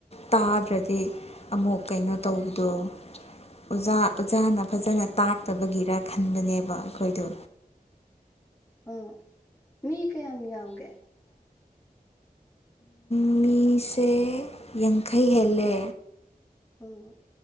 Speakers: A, on the left; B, on the left.
A: ꯇꯥꯗ꯭ꯔꯗꯤ ꯑꯃꯨꯛ ꯀꯩꯅꯣ ꯇꯧꯕꯗꯣ ꯑꯣꯖꯥ ꯑꯣꯖꯥꯅ ꯐꯖꯅ ꯇꯥꯛꯇꯕꯒꯤꯔ ꯈꯟꯕꯅꯦꯕ ꯑꯈꯣꯏꯗꯣ
B: ꯎꯝ ꯃꯤ ꯀꯌꯥꯝ ꯌꯥꯝꯒꯦ
A: ꯃꯤꯁꯦ ꯌꯥꯡꯈꯩ ꯍꯦꯜꯂꯦ
B: ꯑꯥ